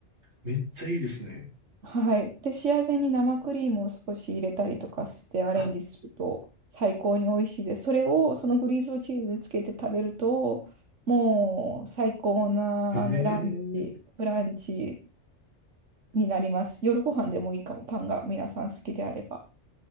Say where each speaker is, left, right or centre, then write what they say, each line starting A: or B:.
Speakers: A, on the right (about 65°); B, on the right (about 85°).
A: めっちゃいいですね。
B: はい。で、仕上げに生クリームを少し入れたりとかしてアレンジすると最高に美味しいです。
A: あ、
B: それをそのグリルドチーズにつけて食べるともう最高なあのランチ、
A: ええ
B: ブランチになります。夜ご飯でもいいかも、パンが皆さん好きであれば。